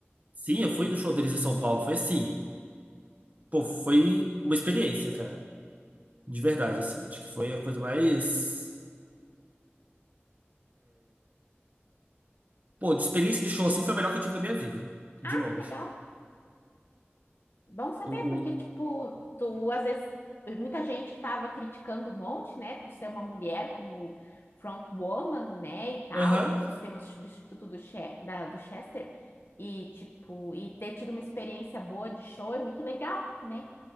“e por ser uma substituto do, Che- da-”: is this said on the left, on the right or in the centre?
Left